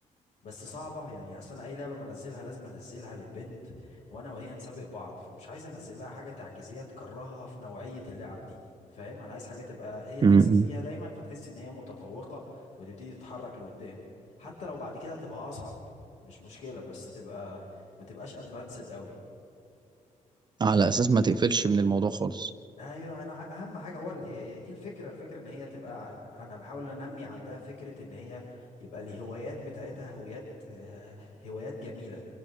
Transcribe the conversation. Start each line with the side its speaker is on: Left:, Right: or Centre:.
Left: بس صعبة يعني اصل انا اي لعبة بنزلها لازم انزلها للبنت وانا وهي نسابق بعض فمش عايز انزل لها حاجة تعجيزية تكرهها في نوعية اللعب دي فاهم انا عايز حاجة تبقى هي
Right: امم
Left: تكسب فيها دايما فتحس ان هي متفوقة وتبتدي تتحرك لقدام حتى لو بعد كده هتبقى اصعب مش مشكلة بس تبقى ما تبقاش ادفانسد قوي
Right: على اساس ما تقفلش من الموضوع خالص
Left: ايوه انا ع- اهم حاجه هو ال- هي هي دي الفكره الفكره ان هي تبقى ع- انا بحاول انمي عندها فكره ان هي يبقى الهوايات بتاعتها هوايات آه، هوايات جميله